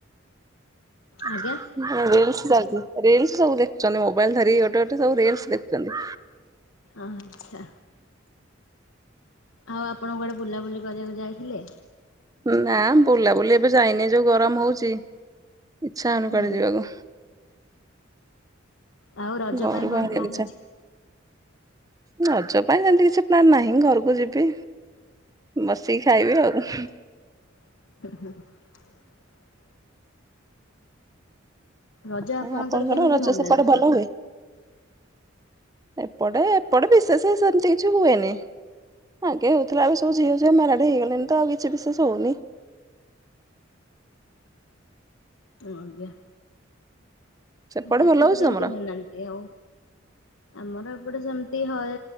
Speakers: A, on the right; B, on the left.
A: <inaudible>
B: ଆଜ୍ଞା।
A: ରିଲସ ସବୁ ଦେଖୁଛନ୍ତି ମୋବାଇଲ ଧରି ଗୋଟେ ଗୋଟେ ସବୁ ରିଲସ ଦେଖୁଛନ୍ତି
B: ଆଚ୍ଛା। ଆଉ ଆପଣ କୁଆଡେ ବୁଲାବୁଲି କରିବାକୁ ଯାଇଥିଲେ?
A: ନା ବୁଲାବୁଲି ଏବେ ଯାଇନି ଯୋଉ ଗରମ ହଉଛି ଇଚ୍ଛା ହଉନି କୁଆଡେ
B: ହୁଁ।
A: ଯିବାକୁ
B: ଆଉ ରଜ
A: ଘରୁ
B: ପାଇଁ
A: ବାହାରିବାକୁ
B: କଣ ପ୍ଲାନ
A: ଇଚ୍ଛା
B: ଅଛି
A: ରଜ ପାଇଁ ସେମିତି କିଛି ପ୍ଲାନ ନାହିଁ ଘରକୁ ଯିବି ବସି ଖାଇବି ଆଉ
B: <unintelligible> ରଜ ଆପଣଙ୍କର
A: ଆଉ
B: କେମିତି
A: ରଜ
B: ମନାନ୍ତି
A: ସେପଟେ
B: ସବୁ?
A: ଭଲ ହୁଏ ଏପଟେ ଏପଟେ ବିଶେଷ ସେମିତି କିଛି ହୁଏନି ଆଗେ ହଉଥିଲା ଏବେ ସବୁ ଝିଅ ଝିଅ ମାରାଡେ ହେଇଗଲେଣି ତ ଆଉ କିଛି ବିଶେଷ ହଉନି
B: ଓ ଆଜ୍ଞା
A: ସେପଟେ
B: ତଥାପି
A: ଭଲ ହଉଛି
B: କେମିତି
A: ତମର?
B: ମନାନ୍ତି ଆଉ ଆମର ଏ ଏପଟେ ସେମିତି ହଏ